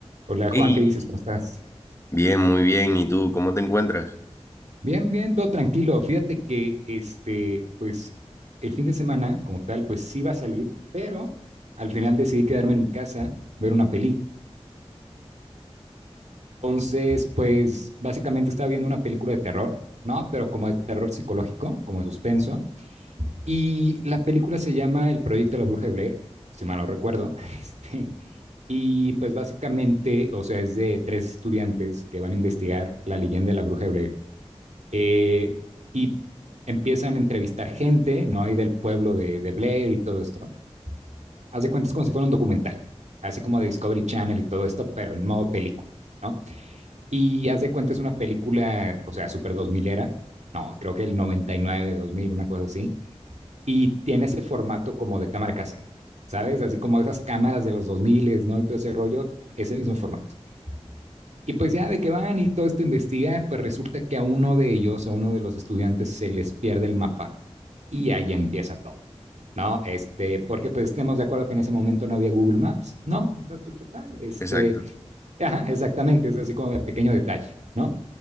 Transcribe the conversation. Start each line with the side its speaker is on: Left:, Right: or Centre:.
Right: Hola
Left: Ey,
Right: Juan, ¿qué dices? ¿Cómo estás?
Left: bien, muy bien. ¿Y tú cómo te encuentras?
Right: Bien, bien, todo tranquilo. Fíjate que este, pues el fin de semana como tal, pues sí va a salir, pero al final decidí quedarme en mi casa, ver una película. Entonces, pues básicamente estaba viendo una película de terror, ¿no? Pero como de terror psicológico, como de suspenso. Y la película se llama El Proyecto de la Bruja de Blair, si mal no recuerdo. <laughs> Este, y pues básicamente, o sea, es de tres estudiantes que van a investigar la leyenda de la Bruja de Blair Eh, y empiezan a entrevistar gente, ¿no? ahí del pueblo de, de Blair y todo esto. Haz de cuenta, es como si fuera un documental, así como de Discovery Channel y todo esto, pero en modo película, ¿no? Y haz de cuenta, es una película, o sea, súper 2000 era, no, creo que el 99, 2000, una cosa así, y tiene ese formato como de cámara casera, ¿sabes? Así como esas cámaras de los 2000, ¿no? Y todo ese rollo, ese mismo formato. Y pues ya de que van y todo esto a investigar, pues resulta que a uno de ellos, a uno de los estudiantes, se les pierde el mapa y ahí empieza todo, ¿no? Este, porque pues estemos de acuerdo que en ese momento no había Google Maps, ¿no? Entonces, pues total, este,
Left: Exacto.
Right: ajá, exactamente, es así como de pequeño detalle, ¿no?